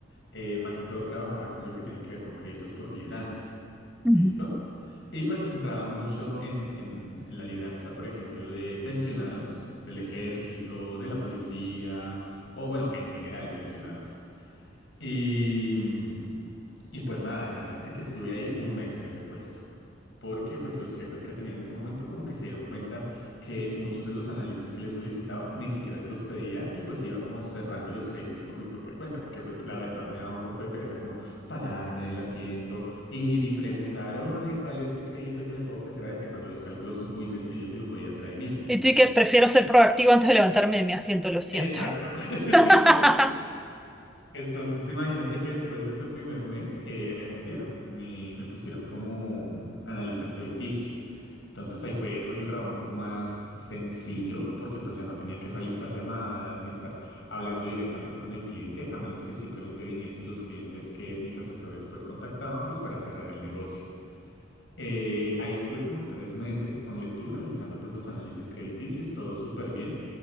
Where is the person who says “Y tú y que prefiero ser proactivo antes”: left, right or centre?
Centre